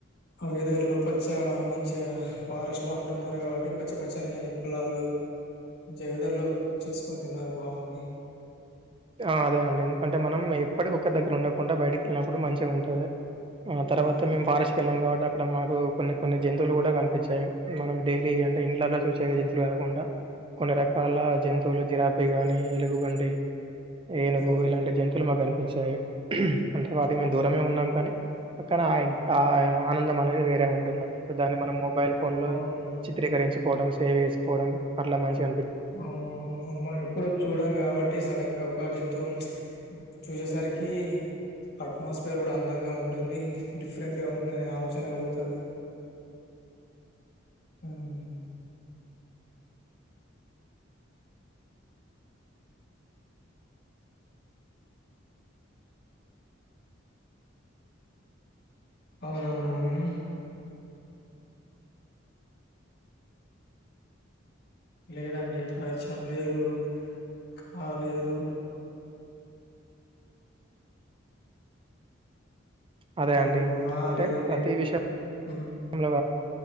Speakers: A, on the left; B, on the right.
A: ఆ వెదర్ లో పచ్చ మంచిగా ఫారెస్ట్ లో అంటున్నారు కాబట్టి పచ్చ పచ్చని పొలాలు మంచిగా వెథర్ లో చేసుకొని తిన్నారు బాగుంది.
B: ఆ అదే అండి ఎందుకంటే మనం ఎప్పటికి ఒక్కరి దగ్గర ఉండకుండా బయటికి వెళ్ళినప్పుడు మంచిగా ఉంటది. ఆ తర్వాత
A: హ్మ్
B: మేము ఫారెస్ట్ కి వెళ్ళామ్ కాబట్ అక్కడ మాకు కొన్ని కొన్ని జంతువులు కూడా కనిపించాయి మనం డైలీ అంటే ఇండ్లలో చూసేవి జంతువులు కాకుండా కొన్ని రకాల జంతువులు జరా అవిగాని ఎలుగు బంటి ఏనుగు
A: ఓహ్
B: ఇలాంటి జంతువులు మాకు అనిపిం అంటే వాటికి మేము దూరమే ఉన్నాం కానీ అక్కన ఇంకా ఆనందం అనేది వేరే ఉంటుంది అన్నమాట దాన్ని మనము మొబైల్ ఫోన్ లో
A: అవును
B: చిత్రీకరించుకోవడం సేవ్ చేసుకోవడం అట్లా మంచిగా అనిపించ్
A: అవును అవును మనం ఎప్పుడు చూడం కాబట్టి సడన్ గా ఒక ఒక జంతువు చూసేసరికి అట్మాస్ఫియర్ కూడా అందంగా ఉంటుంది డిఫరెంట్గా ఉందనే ఆలోచన కలుగుతది... మ్.. అవునవునవును లేదండి పరిచయం లేదు, కాలేదు
B: అదే
A: హలో
B: అండి
A: ఆ
B: అంటే
A: లేదండి
B: ప్రతి
A: మ్
B: విషయంలో